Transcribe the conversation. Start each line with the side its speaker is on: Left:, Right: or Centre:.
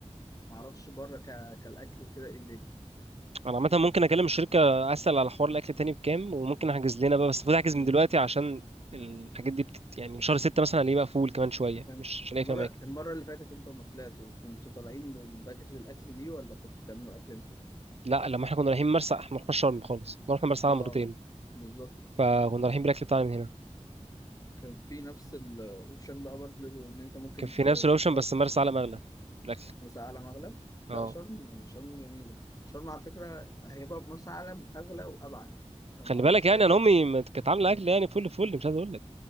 Left: ما اعرفش بره ك... كالاكل وكده ايه الدنيا
Right: انا عامه ممكن اكلم الشركه اسال على حوار الاكل تاني بكام وممكن احجز لنا بقى بس المفروض احجز
Left: امم
Right: من دلوقتي عشان الحاجات دي بتت... يعني شهر ستة مثلا هنلاقيه بقى فول كمان شويه
Left: فاهم
Right: مش مش هنلاقي
Left: المره
Right: فيه اماكن
Left: المره اللي فاتت انتوا لما طلعتوا كنتوا طالعين بباكج الاكل دي ولا كنتوا بتعملوا اكل انتوا
Right: لا لما احنا كنا رايحين مرسى احنا ما رحناش شرم خالص احنا رحنا مرسى
Left: اه
Right: علم مرتين
Left: بالظبط
Right: فكنا رايحين بالاكل بتاعنا من هنا
Left: كان في نفس الاوبشن بقى برضه ان انت ممكن
Right: كان في
Left: ت-
Right: نفس الاوبشن
Left: تدفع
Right: بس مرسى علم اغلى الاكل
Left: مرسى علم اغلى لا
Right: اه
Left: شرم شرم جميله شرم على فكره هيبقى مرسى علم اغلى وابعد أنا
Right: خلي
Left: ما-
Right: بالك
Left: مش
Right: يعني
Left: عارف
Right: انا امي ما كانت عامله اكل يعني فل فل مش عايز اقول لك